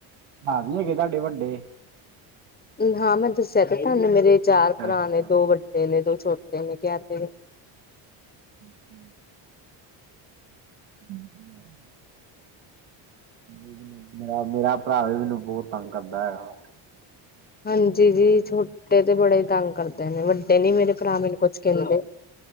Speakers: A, on the right; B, on the left.
A: ਪਰਾ ਵੀ ਹੈਗੇ ਤੁਹਾਡੇ ਵੱਡੇ
B: ਹਾਂ ਮੈਂ ਦੱਸਿਆ ਤੇ ਤੁਹਾਨੂੰ ਮੇਰੇ ਚਾਰ
A: ਅੱਛਾ
B: ਭਰਾ
A: ਅੱਛਾ
B: ਨੇ, ਦੋ ਵੱਡੇ ਨੇ, ਦੋ ਛੋਟੇ ਨੇ ਕਿਆ ਤੇ ਵੇ
A: ਹੂ ਹੂ ਨਹੀਂ, ਮੇ ਮੇਰਾ ਪਰਾ ਵੀ ਮੈਨੂੰ ਬਹੁਤ ਤੰਗ ਕਰਦਾ ਆ
B: ਹਾਂਜੀ ਜੀ ਛੋਟੇ ਤੇ ਬੜਾ ਈ ਤੰਗ ਕਰਦੇ ਨੇ ਵੱਡੇ ਨੀ ਮੇਰੇ ਪਰਾ ਮੈਨੂੰ ਕੁਛ ਕਹਿੰਦੇ